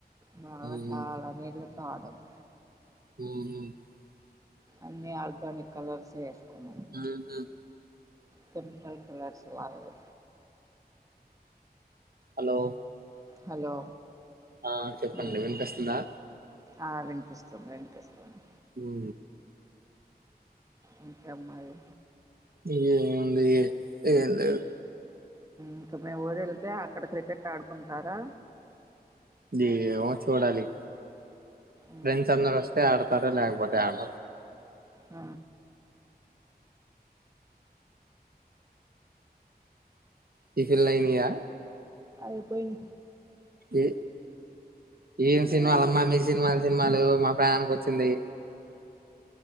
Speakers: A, on the right; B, on the right.
A: బగా
B: ఉహు
A: చాలా నీళ్లతో ఆడాను
B: హ
A: అన్ని ఆర్గానిక్ కలర్స్ వేసుకున్నా
B: హ
A: పింపుల్ కలర్స్ వాగుదు
B: హలో
A: హలో
B: ఆ చెప్పండి
A: మ్మ్.
B: వినిపిస్తుందా
A: ఆ వినిపిస్తుంది వినిపిస్తుంది
B: ఉ
A: ఇంకా అమ్మయి
B: ఏ ఉంది ఏం లేదు
A: ఇంకా మేము ఊరు వెళ్తే అక్కడ క్రికెట్ ఆడుకుంటారా
B: ఏమో చూడాలి
A: మ్మ్.
B: ఫ్రెండ్స్ అందరు వస్తే ఆడతారు లేకపోతే ఆడ
A: ఆ
B: టిఫిన్లు అయినాయి ఆ
A: ఐపోయి
B: ఏ ఏన్
A: మ్మ్.
B: సినిమా అమామిీ సినిమా సినిమాలు మా ప్రయాణనికి వచ్చింది